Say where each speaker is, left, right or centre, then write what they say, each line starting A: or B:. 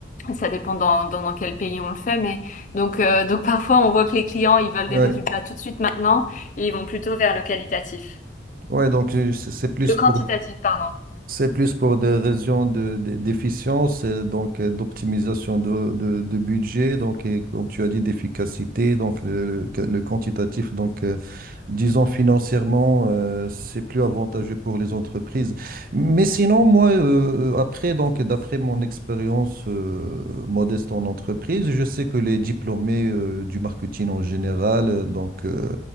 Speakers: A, on the left; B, on the right.
A: ça dépend dans, dans, dans quel pays on le fait. Mais donc, euh, donc parfois, on voit que les clients, ils veulent
B: Ouais,
A: des résultats tout de suite maintenant et ils vont plutôt vers le qualitatif.
B: ouais, donc euh, c'est c'est plus
A: Le
B: pour
A: quantitatif, pardon.
B: C'est plus pour des raisons de, de- d'efficience, euh, donc euh, d'optimisation de, de, de budget, donc et comme tu as dit, d'efficacité, donc le, que- le quantitatif. Donc, euh, disons financièrement, euh, c'est plus avantageux pour les entreprises. Mais sinon, moi, euh, euh, après, donc d'après mon expérience euh, modeste en entreprise, je sais que les diplômés euh, du marketing en général, euh, donc euh,